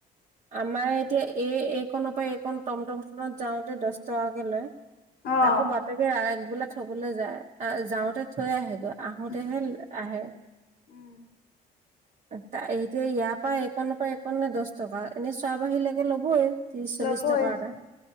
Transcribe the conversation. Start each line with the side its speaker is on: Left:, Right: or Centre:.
Right: আমাৰ এতিয়া এই এইকনৰ পৰা এইকন টমটম খনত যাওঁতে দহ টকাকে লয়।
Left: অ
Right: তাকো বাপেকে একবেলা থবলৈ যায়, যাওঁতে থৈ আহেগৈ। আহোতেহে
Left: উম
Right: আহে।
Left: উম
Right: এতিয়া ইয়াৰ পৰা একনৰ পৰা এক নাই দচ টকা এনে চোৱ বাহী লকে ল'বই। ত্ৰিশ চল্লিশ
Left: ল'বই।
Right: টকা এটা